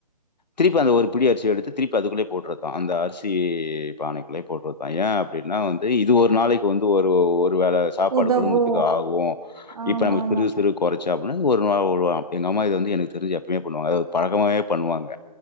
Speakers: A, on the left (about 80°); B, on the right (about 60°).
A: திருப்பி அந்த ஒரு புடி அரிசி எடுத்து திருப்பி அதுக்குள்ளயே போட்றதா அந்த அரிசி பானைக்குள்ளே. போட்டுறுதா பைய அப்டின்னா வந்து இது ஒரு நாளைக்கு வந்து ஒரு ஒரு வேல. சாப்பாடு
B: உதவு
A: குடும்பத்துக்கு ஆகு
B: ஆமா
A: இப்ப நம்மக்கு
B: ஆமா
A: சுறு. சே அப்டினா இது ஒரு நாள் ஓர் ரூவா. எங்கம்மா இது வந்து எனக்கு தெரிஞ்சு எப்பையுமே பண்ணுவாங்க அது அத பழக்கமாவே பண்ணுவாங்க.